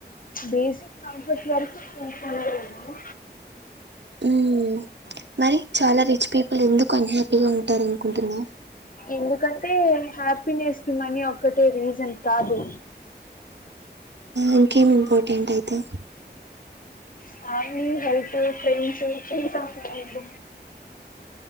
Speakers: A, on the left; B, on the right.
A: బేసిక్ కంఫర్ట్ వరుకు కొనగలము
B: హ్మ్ మరి చాలా రిచ్ పీపుల్ ఎందుకు అన్హ్యాపీగా ఉంటారు అనుకుంటున్నావ్
A: ఎందుకంటే హ్యాపీనెస్ కి మనీ ఒక్కటే రీజన్ కాదు
B: ఇంకేం ఇంపార్టెంట్ అయితే
A: family health friends peace of mind